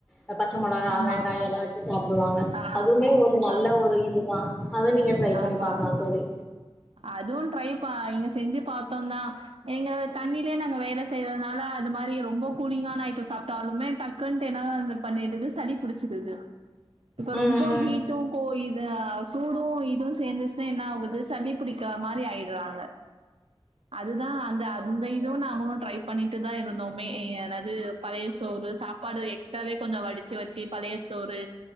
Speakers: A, on the left; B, on the right.
A: அ பச்ச மெளகா
B: ஆமா
A: வெங்காயல்லா
B: ஆமா
A: வச்சு சாப்டுவாங்க
B: ஆ
A: அதுமே ஒரு நல்ல
B: ஆ
A: ஒரு இதுதா அத நீங்க ட்ரை
B: ஆமா
A: பண்ணி பாக்கலா
B: ஆமா
A: தோழி
B: அதுவு ட்ரை பா இங்க செஞ்சு பாத்தோந்தா இங்க தண்ணிலே நாங்க வேல செய்றனால அது மாரி ரொம்ப கூலிங்கான ஐட்டோ சாப்ட்டாலுமே டக் க்குன்ட் என்ன வந்து பண்ணிடுது சளி புடிச்சிடுது இப்ப
A: ம்
B: ரொம்ப
A: ம்
B: ஹீட்டு கோ இது ஆ சூடு இதுவு சேந்துச்சுன்னா என்ன ஆவுது சளி புடிக்க மாரி ஆயிடுறாங்க அதுதா அந்த அந்த இதுவு நாங்களு ட்ரை பண்ணிட்டு தா இருந்தோமே எ என்னது பழய சோறு சாப்பாடு எக்ஸ்ட்ராவே கொஞ்சோ வடிச்சு வச்சு பழய சோறு